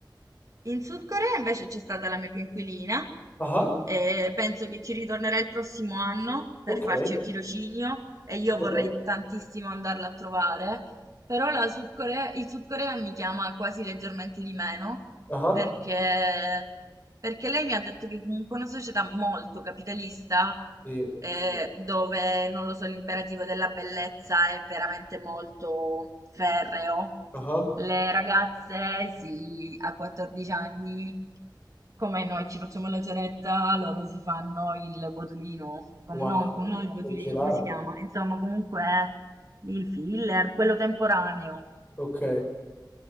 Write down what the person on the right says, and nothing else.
In Sud Corea invece c'è stata la mia coinquilina
e penso che ci ritornerà il prossimo anno per
farci un tirocinio e io
vorrei tantissimo andarla a trovare, però la Sud Corea, il Sud Corea mi chiama quasi leggermente di meno
perché, perché lei mi ha detto che comunque è una società molto capitalista
eh,
dove, non lo so, l'imperativo della bellezza è veramente molto ferreo.
Le ragazze, sì, a 14 anni, come noi ci facciamo la ceretta, loro si fanno il botulino, com-
non, com- non il botulino,
come si chiama? Insomma, comunque il filler, quello temporaneo.